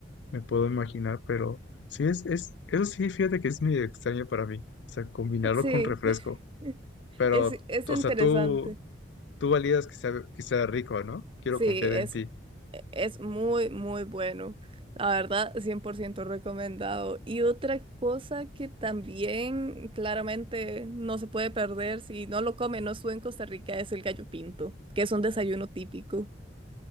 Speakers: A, on the left; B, on the right.
A: me puedo imaginar, pero sí es, es, eso sí, fíjate que es medio extraño para mí, o sea, combinarlo
B: sí,
A: con refresco,
B: <laughs>
A: pero,
B: es, es
A: o
B: interesante.
A: sea, tú, tú validas que sea, que sea rico, ¿no? Quiero
B: Sí,
A: confiar
B: es,
A: en ti.
B: e, es muy, muy bueno. La verdad, 100% recomendado. Y otra cosa que también claramente no se puede perder si no lo comen, no estuve en Costa Rica, es el gallo pinto, que es un desayuno típico.